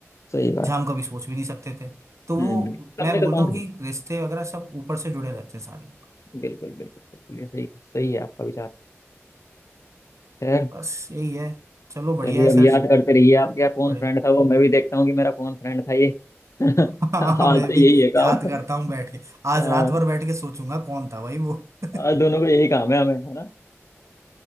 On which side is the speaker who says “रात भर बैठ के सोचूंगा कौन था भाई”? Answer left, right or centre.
Right